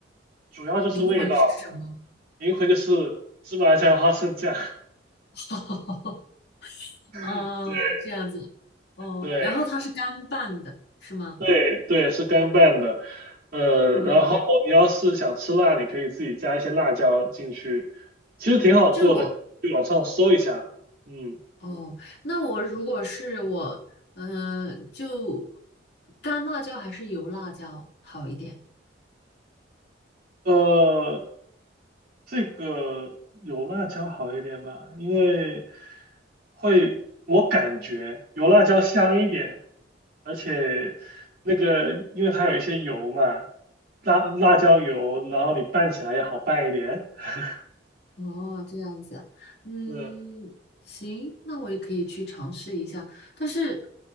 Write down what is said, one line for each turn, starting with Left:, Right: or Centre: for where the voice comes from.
Right: 主要就是味道，
Left: 灵魂是什么？
Right: 灵魂就是芝麻酱、花生酱，
Left: <laughs> 哦，
Right: <laughs> 对
Left: 这样子，哦，
Right: 对
Left: 然后它是干拌的，是吗？
Right: 对，对，是干拌的，呃，
Left: 哦，
Right: 然后你要是想吃辣，你可以自己加一些辣椒进去，其实挺好做的，
Left: 就是我。
Right: 去网上搜一下，嗯。
Left: 哦，那我如果是我，嗯、就干辣椒还是油辣椒好一点？
Right: 呃，这个有辣椒好一点吧，因为会，我感觉有辣椒香一点，而且那个因为它有一些油嘛，辣辣椒油，然后你拌起来也好拌一点。<laughs>
Left: 哦，这样子，嗯，
Right: 嗯，
Left: 行，那我也可以去尝试一下。但是，